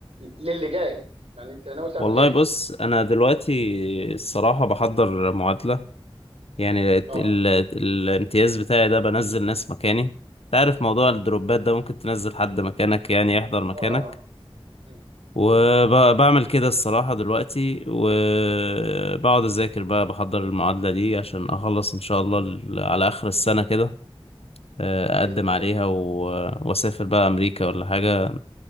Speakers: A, on the right (about 80°); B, on the left (about 85°).
A: للي جاي يعني انت ناوي تعمل
B: والله
A: ايه
B: بص انا دلوقتي الصراحة بحضر معادلة يعني ال...
A: اه
B: ال... الامتياز بتاعي ده بنزل ناس مكاني تعرف موضوع الدروبات ده ممكن تنزل حد مكانك يعني يحضر مكانك
A: اه اه اه. مم.
B: وبعمل كده الصراحة دلوقتي وبقعد أذاكر بقى بحضر المعادلة دي عشان أخلص إن شاء الله ال- على آخر السنة كده آه،
A: باذن
B: أقدم
A: الله
B: عليها و- وأسافر بقى أمريكا ولا حاجة